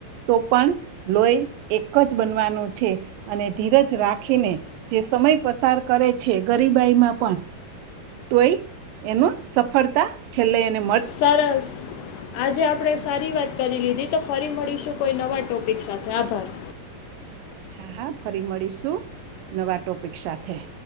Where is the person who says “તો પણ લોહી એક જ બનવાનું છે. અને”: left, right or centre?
Right